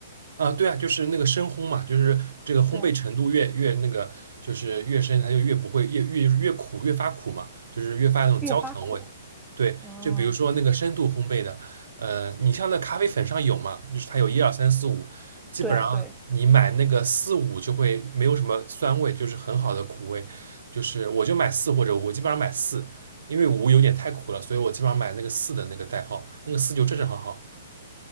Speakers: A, on the right; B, in the centre.
A: 啊，对啊，就是那个深烘嘛，就是这个烘焙程度越越那个，
B: 对，
A: 就是越深，它就越不会越越越苦，越发苦嘛，就是越发那种焦糖味。
B: 越发苦。
A: 对，
B: 嗯，
A: 就比如说那个深度烘焙的，呃，你像那咖啡粉上有嘛，就是它有一二三四五，基本上你买那个四五就会没有什么酸味，
B: 对对，
A: 就是很好的苦味。就是我就买四或者五，我基本上买四，因为五有点太苦了，所以我基本上买那个四的那个代号，那个四就正正好好。